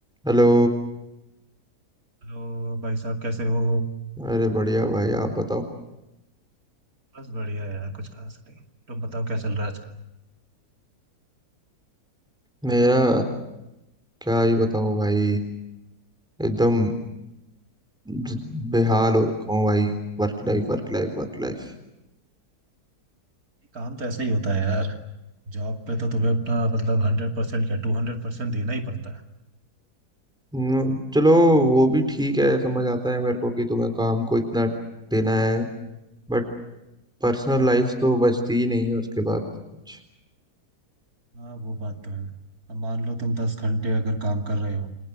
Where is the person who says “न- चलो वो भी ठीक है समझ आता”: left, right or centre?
Centre